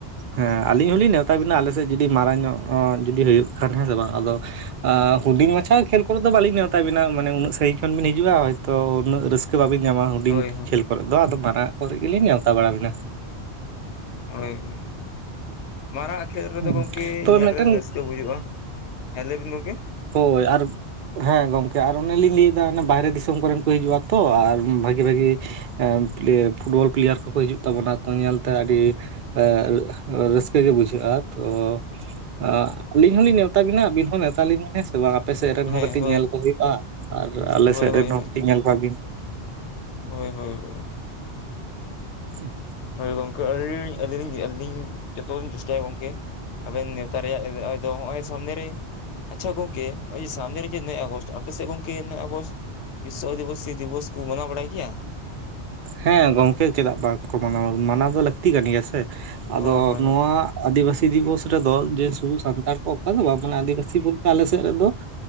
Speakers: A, on the right; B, on the left.
A: ᱦᱮᱸ ᱟᱹᱞᱤᱧ ᱦᱚᱞᱤᱧ ᱱᱮᱣᱛᱟ ᱵᱤᱱᱟ ᱟᱞᱮᱥᱮᱫ ᱡᱩᱫᱤ ᱢᱟᱨᱟᱝ ᱧᱚᱜ ᱚ ᱡᱩᱫᱤ ᱦᱩᱭᱩᱜ ᱠᱷᱟᱱ ᱦᱮᱸ ᱥᱮ ᱵᱟᱝ᱾ ᱟᱫᱚ ᱟ ᱦᱩᱰᱤᱧ ᱢᱟᱪᱷᱟ ᱠᱷᱮᱞ ᱠᱚᱨᱮ ᱫᱚ ᱵᱟᱞᱤᱧ ᱱᱮᱣᱛᱟ ᱵᱤᱱᱟ ᱢᱟᱱᱮ ᱩᱱᱟᱹᱜ ᱥᱟᱺᱜᱤᱧ ᱠᱷᱚᱱ ᱵᱤᱱ ᱦᱤᱡᱩᱜᱼᱟ, ᱦᱚᱭᱛᱳ ᱩᱱᱟᱹᱜ ᱨᱟᱹᱥᱠᱟᱹ ᱵᱟᱵᱤᱱ ᱧᱟᱢᱟ ᱦᱩᱰᱤᱧ
B: ᱦᱳᱭ ᱦᱳᱭ
A: ᱠᱷᱮᱞ ᱠᱚᱨᱮ ᱫᱚ, ᱟᱫᱚ ᱢᱟᱨᱟᱝᱟᱜ ᱠᱚᱨᱮ ᱜᱮᱞᱤᱧ ᱱᱮᱣᱛᱟ ᱵᱟᱲᱟᱵᱤᱱᱟ᱾
B: ᱦᱳᱭ᱾ ᱢᱟᱨᱟᱝᱟᱜ ᱠᱷᱮᱞ ᱨᱮᱫᱚ
A: ᱦᱮᱸ
B: ᱜᱚᱢᱠᱮ
A: ᱛᱚᱵᱮ
B: ᱧᱮᱞ
A: ᱢᱤᱫᱴᱮᱱ
B: ᱨᱮ ᱨᱟᱹᱥᱠᱟᱹ ᱵᱩᱡᱩᱜᱼᱟ᱾ᱦᱮᱸ ᱞᱟᱹᱭ ᱵᱤᱱ ᱜᱚᱢᱠᱮ᱾
A: ᱦᱳᱭ ᱟᱨ ᱦᱮᱸ ᱜᱚᱝᱠᱮ ᱟᱨ ᱚᱱᱮᱞᱤᱧ ᱞᱟᱹᱭ ᱫᱟ ᱚᱱᱮ ᱵᱟᱦᱨᱮ ᱫᱤᱥᱚᱢ ᱠᱚᱨᱮᱱ ᱠᱚ ᱦᱤᱡᱩᱜᱼᱟ ᱛᱚ ᱟᱨ ᱵᱷᱟᱜᱤ ᱵᱷᱟᱜᱤ ᱮ ᱯᱞᱮ ᱯᱷᱩᱴᱵᱚᱞ ᱯᱞᱮᱭᱟᱨ ᱠᱚᱠᱚ ᱦᱤᱡᱩᱜ ᱛᱟᱵᱚᱱᱟ ᱛᱚ ᱧᱮᱞᱛᱮ ᱟᱹᱰᱤ ᱮ ᱨᱟᱹ ᱨᱟᱹᱥᱠᱟᱹ ᱜᱮ ᱵᱩᱡᱷᱟᱹᱜᱼᱟ ᱛᱚ ᱚ ᱟᱹᱞᱤᱧ ᱦᱚᱸᱞᱤᱧ ᱱᱮᱶᱛᱟ ᱵᱤᱱᱟ ᱟᱹᱵᱤᱱ ᱦᱚᱸ ᱱᱮᱶᱛᱟ ᱞᱤᱧ ᱢᱮ᱾ ᱦᱮᱸ ᱥᱮ ᱵᱟᱝ ᱟᱯᱮ ᱥᱮᱜ ᱨᱮᱱ ᱦᱚᱸ
B: ᱦᱮᱸ
A: ᱠᱟᱹᱴᱤᱡ
B: ᱦᱳᱭ
A: ᱧᱮᱞ ᱠᱚ ᱦᱩᱭᱩᱜ-ᱟ ᱟᱨ ᱟᱞᱮ
B: ᱦᱳᱭ
A: ᱥᱮᱫ
B: ᱦᱳᱭ
A: ᱨᱮᱱ
B: ᱦᱳᱭ
A: ᱦᱚᱸ ᱠᱟᱹᱴᱤᱡ ᱧᱮᱞ ᱠᱚᱣᱟ ᱵᱤᱱ᱾ <inaudible>
B: ᱦᱳᱭ ᱦᱳᱭ
A: ᱴᱷᱤᱠ᱾
B: ᱦᱳᱭ ᱜᱚᱝᱠᱮ ᱟᱹᱞᱤᱧ ᱟᱹᱞᱤᱧ ᱞᱤᱧ ᱟᱹᱞᱤᱧ ᱡᱚᱛᱚ ᱞᱤᱧ ᱪᱮᱥᱴᱟᱭᱟ ᱜᱚᱝᱠᱮ᱾ ᱟᱵᱮᱱ ᱱᱮᱣᱛᱟ ᱨᱮᱭᱟᱜ ᱚᱭ ᱫᱚ ᱦᱚᱸᱜ-ᱚᱭ ᱥᱟᱢᱱᱮ ᱨᱮ ᱟᱪᱪᱷᱟ ᱜᱚᱢᱠᱮ ᱱᱚᱜ ᱚᱭ ᱥᱟᱢᱱᱮ ᱨᱮᱜᱮ ᱱᱚᱭ ᱟᱜᱚᱥᱴ ᱟᱯᱮ ᱥᱮ ᱜᱚᱢᱠᱮ ᱱᱚᱭ ᱟᱜᱚᱥᱴ, ᱵᱤᱥᱥᱚ ᱟᱹᱫᱤᱵᱟᱹᱥᱤ ᱫᱤᱵᱚᱥ ᱠᱚ ᱢᱟᱱᱟᱣ ᱵᱟᱲᱟᱭ ᱜᱮᱭᱟ,
A: ᱦᱮᱸ ᱜᱚᱝᱠᱮ ᱪᱮᱫᱟᱜ ᱵᱟᱝᱠᱚ ᱢᱟᱱᱟᱣᱟ ᱢᱟᱱᱟᱣ ᱫᱚ ᱞᱟᱹᱠᱛᱤ ᱠᱟᱱ ᱜᱮᱭᱟ ᱥᱮ, ᱟᱫᱚ
B: ᱦᱳᱭ ᱦᱳᱭ
A: ᱱᱚᱣᱟ
B: ᱦᱳᱭ
A: ᱟᱹᱫᱤᱵᱟᱹᱥᱤ, ᱫᱤᱵᱚᱥ ᱨᱮᱫᱚ ᱡᱮ ᱥᱩᱫᱩ ᱥᱟᱱᱛᱟᱲ ᱠᱚ ᱚᱠᱟ ᱫᱚ ᱵᱟᱝ ᱢᱟᱱᱮ ᱟᱹᱫᱤᱵᱟᱹᱥᱤ ᱵᱚᱞᱛᱮ ᱟᱞᱮ ᱥᱮᱫ ᱨᱮᱫᱚ,